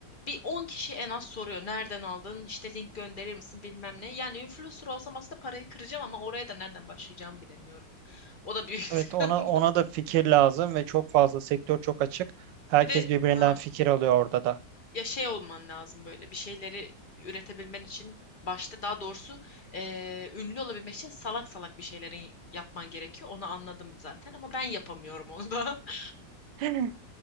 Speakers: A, on the left; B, on the right.
A: Bir 10 kişi en az soruyor nereden aldın İşte link gönderir misin bilmem ne. Yani influencer olsam aslında parayı kıracağım ama oraya da nereden başlayacağımı bilemiyorum. O da büyük <laughs> sıkıntı.
B: Evet ona ona da fikir lazım ve çok fazla sektör çok açık. Herkes
A: Bir de
B: birbirinden
A: ha,
B: fikir alıyor orada da.
A: ya şey olman lazım böyle bir şeyleri üretebilmen için başta daha doğrusu eee, ünlü olabilmek için salak salak bir şeyleri yapman gerekiyor. Onu anladım zaten ama ben yapamıyorum onu da. <laughs>
B: <laughs>